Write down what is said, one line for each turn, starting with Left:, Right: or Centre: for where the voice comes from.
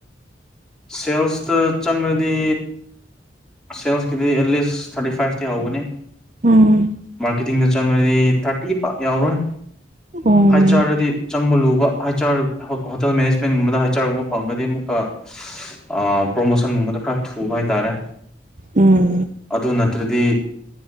Centre: ꯁꯦꯜꯁꯇ ꯆꯪꯉꯗꯤ ꯁꯦꯜꯁꯀꯤꯗꯤ ꯑꯦꯠꯂꯤꯁ ꯊꯥꯔꯇꯤ ꯐꯥꯏꯚꯇꯤ ꯍꯧꯒꯅꯤ
Right: ꯎꯝ
Centre: ꯃꯥꯔꯀꯦꯤꯡꯗ ꯆꯪꯉ꯭ꯔꯗꯤ ꯊꯥꯔꯇꯤ ꯄꯥꯛ ꯌꯥꯎꯔꯣꯏ
Right: ꯎꯝ
Centre: ꯍꯥꯏ ꯆꯥꯔꯗꯤ ꯆꯪꯕ ꯂꯨꯕ ꯍꯥꯏ ꯆꯥꯔ ꯍꯣꯇꯦꯜ ꯃꯦꯅꯦꯖꯃꯦꯟꯒꯨꯝꯕꯗ ꯍꯥꯏꯆꯥꯥꯔꯒꯨꯝꯕ ꯐꯪꯉꯒꯗꯤ ꯑꯃꯨꯛꯀ
Right: <inaudible>
Centre: ꯑ ꯄ꯭ꯔꯣꯃꯣꯁꯟꯒꯨꯝꯕꯗꯣ ꯈꯔ ꯊꯨꯕ ꯍꯥꯏꯇꯥꯔꯦ
Right: ꯎꯝ
Centre: ꯑꯗꯨ ꯅꯠꯇ꯭ꯔꯗꯤ